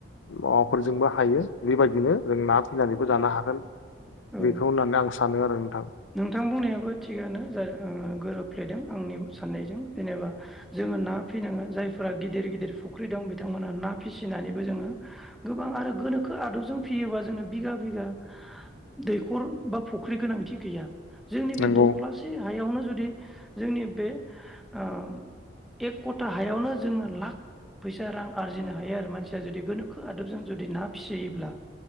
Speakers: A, on the left (about 80°); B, in the centre.
A: माबाफोरजोंबो हायो बेबायदिनो जों ना फिसिनानैबो जानो हागोन
B: औ
A: बेखौ होननानै आं सानो आरो नोंथां
B: नोंथां बुंनायाबो थिगानो जाय ओ गोरोब थाय दों आंनि साननायजों जेनेबा जोङो ना फिनांगोन जायफोरा गिदिर गिदिर फुख्रि दं बिथांमोनहा ना फिसिनानैबो जोङो गोबां आरो गोनोखो आदबजों फियोबा जोंनो बिघा बिगा दैखर बा फुख्रि गोनांथि गैया। जोंनि बे
A: नंगौ
B: दख्लासे हायावनो जुद दि जोंनि बे ओ एक कथा हायावनो जोङो लाख फैसा रां आरजिनो हायो आरो। मानसिया जुदि गोनोखो आदबजों जुदि ना फिसियोब्ला